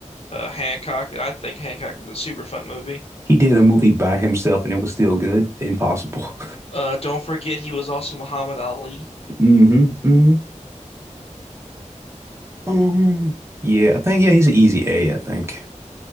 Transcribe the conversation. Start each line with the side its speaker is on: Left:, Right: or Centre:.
Left: uh, Hancock. I think Hancock is a super fun movie.
Right: He did a movie by himself and it was still good. Impossible.
Left: Uh, don't forget he was also Muhammad Ali.
Right: <laughs> hmm hmm Um, yeah, I think yeah, he's an easy A, I think.